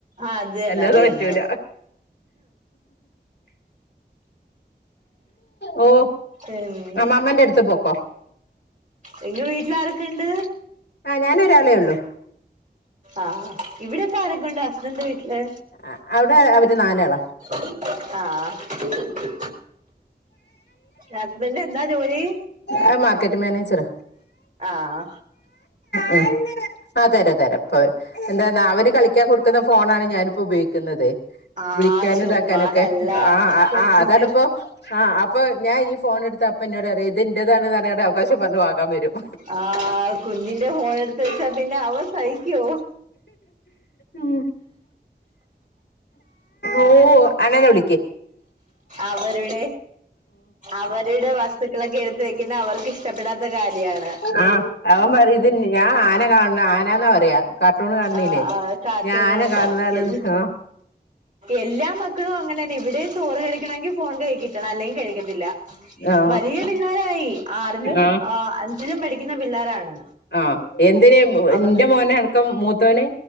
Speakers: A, on the right (about 50°); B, on the left (about 80°).
A: ആഹ് അത് തന്നെ
B: അല്ലാതെ
A: ആഹ് അത് തന്നെ അത്
B: പറ്റൂല
A: തന്നെ
B: ഓ
A: പിന്നെ
B: മ്മമ്മന്റെ അടുത്ത് പോക്കോ
A: നിങ്ങ വീട്ടിൽ ആരൊക്കെ ണ്ട്
B: ആഹ് ഞാനൊരാളെ ഒള്ളു
A: ആഹ് ഇവിടെപ്പൊ ആരൊക്കെ ഉണ്ട് ഹസ്ബൻഡ് ൻ്റെ വീട്ടില്
B: അഹ് അവിടെ അവര് നാലാള
A: ആഹ് ഹസ്ബന്ഡ് എന്താ ജോലി
B: അത് മർക്കറ്റിങ്ങ് മാനേജറ
A: ആഹ്
B: ഉം ആഹ് തരാ തരാം പ്പ എന്താന്നാ അവന് കളിക്കാൻ കൊടുക്കുന്ന ഫോണാണ് ഞാനിപ്പോ ഉപയോഗിക്കുന്നത്
A: ആഹ്
B: വിളിക്കാനും
A: ചുമ്മാതല്ല
B: ഇതാക്കാനൊക്കെ ആഹ്
A: കൊച്ചിന്റെ
B: ആഹ് അതാണ് ആഹ് അപ്പൊ ഞാൻ ഈ ഫോൺ എടുത്ത അപ്പ ഇന്നോടറിയും ഇത് ന്റേതാണെന്ന് പറഞ്ഞ്ക്കാണ്ട് അവകാശം പറഞ്ഞു വാങ്ങാൻ വരും
A: ആഹ് കുഞ്ഞിന്റെ ഫോൺ എടുത്ത് വെച്ചാ പിന്നെ അവൻ സഹിക്കോ
B: ഉം ഓ അങ്ങനെ വിളിക്കി
A: അവരുടെ അവരുടെ വസ്തുക്കളൊക്കെ എടുത്ത് വെക്കുന്നത് അവർക്ക് ഇഷ്ടപ്പെടാത്ത കാര്യാണ്
B: ആ അവൻ പറയുന്ന ഇതി ഞാൻ ആന കാണണ് ആനന്നാ പറയാ കാർട്ടൂണ് കാണണീനേ
A: ആഹ് ആഹ് കാർട്ടൂൺ
B: ഞാആന
A: കാണി
B: കാണുന്നാണ്
A: എൽ
B: ഓ
A: എല്ലാ മക്കളും അങ്ങനെന്നെ ഇവിടെയും ചോറ് കഴിക്കണങ്കിൽ ഫോൺ കയ്യി കിട്ടണം അല്ലെങ്കിൽ കഴിക്കത്തില്ല
B: ആ ആ
A: വലിയ പിള്ളേരായി ആറിലും
B: ആ
A: ആഹ് അഞ്ചിലും പഠിക്കുന്ന പിള്ളേരാണ്
B: ആഹ് എന്തിന
A: അവർക്ക്
B: എന്റെ മോന അടക്കം മൂ മത്തോന്